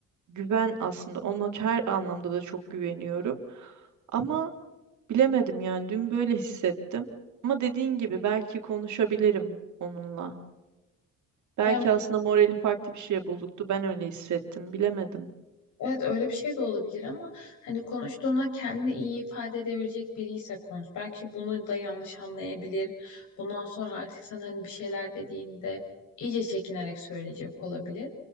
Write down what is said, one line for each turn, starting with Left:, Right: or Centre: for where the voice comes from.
Right: güven aslında. Ona her anlamda da çok güveniyorum. Ama bilemedim yani dün böyle hissettim. Ama dediğin gibi belki konuşabilirim onunla. Belki
Left: Ya
Right: aslında morali farklı bir şeye bozuktu. Ben öyle hissettim. Bilemedim.
Left: evet öyle bir şey de olabilir ama hani konuştuğunda kendini iyi ifade edebilecek biri ise konuş. Belki bunu da yanlış anlayabilir. Bundan sonra artık sana hani bir şeyler dediğinde iyice çekinerek söyleyecek olabilir.